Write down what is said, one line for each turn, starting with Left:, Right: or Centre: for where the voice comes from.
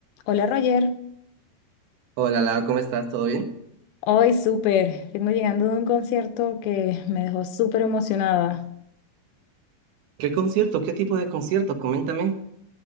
Left: Hola Roger,
Right: Hola, Lau, ¿cómo estás? ¿Todo bien?
Left: hoy súper, vengo llegando de un concierto que me dejó súper emocionada.
Right: ¿Qué concierto? ¿Qué tipo de concierto? Coméntame.